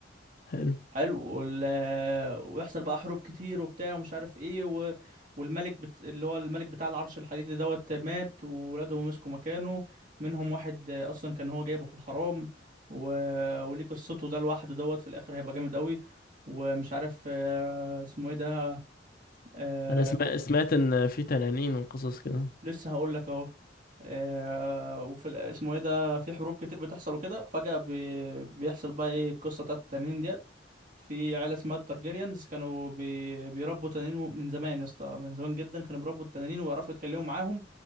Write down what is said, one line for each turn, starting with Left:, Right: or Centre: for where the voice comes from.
Left: حلو
Right: حلو وال... ويحصل بقى حروب كتير وبتاع ومش عارف ايه و... والملك بت... اللي هو الملك بتاع العرش الحديدي دوت مات وولاده مسكوا مكانه منهم واحد آه، اصلا كان هو جايبه في الحرام و... وليه قصته ده لوحده دوت في الاخر هيبقى جامد قوي ومش عارف آه، اسمه ايه ده آه،
Left: انا سمعت سمعت ان في تنانين وقصص كده
Right: لسه هقول لك اهو آه، وفي ال- اسمه ايه ده في حروب كتير بتحصل وكده فجأة بي- بيحصل بقى ايه القصة بتاعت التنانين ديت في عيلة اسمها التارجيريانز كانوا بي... بيربوا تنانين و- من زمان يا اسطى من زمان جدا كانوا بيربوا التنانين ويعرفوا يتكلموا معاهم